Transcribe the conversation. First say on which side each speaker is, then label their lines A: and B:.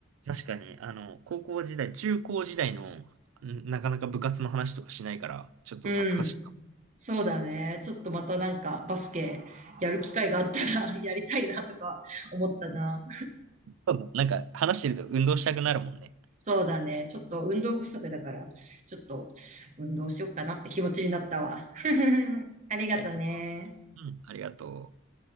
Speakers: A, on the right; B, on the right.
A: 確かに、あの、高校時代、中高時代の、んなかなか部活の話とかしないから、ちょっと懐かしいな。
B: うん。そうだね。ちょっとまたなんか、バスケやる機会があったら <laughs> やりたいなとか思ったな。
A: そうだなんか、話してると運動したくなるもんね。
B: そうだね。ちょっと運動不足だから、ちょっと運動しよっかなって気持ちになったわ。<laughs> ありがとね。
A: じゃあうん、ありがとう。